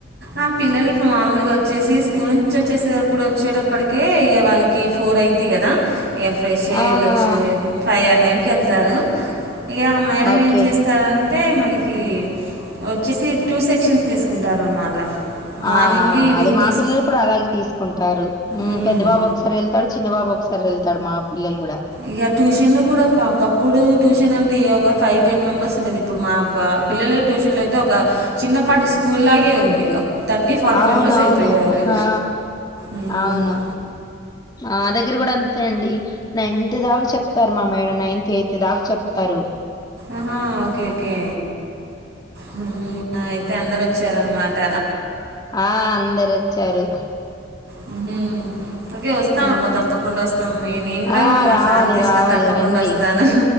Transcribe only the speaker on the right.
ఆ పిల్లలు ఇప్పుడు మాముూలుగా వచ్చేసి స్కూల్ నుంచి వచ్చేసటప్పుడు వచ్చేటప్పటికే ఇగ వాళ్ళకి ఫోర్ అయి ది కదా ఇగ ఫ్రెష్ వెళ్లొచ్చే
ఫైవ్ అ టైం కి వెళ్తారు ఇగ మనం
ఏం చేస్తారంటే మనకి వచ్చేసి టూ సెక్షన్స్ తీసుకుంటారు అనమాట మార్నింగ్
ఈవినింగ్
ఉమ్
ఇగ ట్యూషన్ లో కూడా బా ఒకప్పుడు ట్యూషన్ అంటే ఏ ఒక ఫైవ్ టెన్ మెంబర్స్ ఉండేది ఇప్పుడు మా పిల్లలు ట్యూషన్ లో అయితే ఒక చిన్నపాటి స్కూల్ లాగే ఉంది ఒక థర్టీ ఫార్టీ
మెంబర్స్ అయిపోయారు
మ్మ్.
ఆహా ఓకే ఓకే హ్మ్ నా అయితే అందరు వచ్చారనమాట
హ్మ్ ఓకే వస్తాం
అబ్బా తప్పకుండా వస్తాం నేను కూడా
మా
సార్ ని తీసుకొని
తప్పకుండా
వస్తాను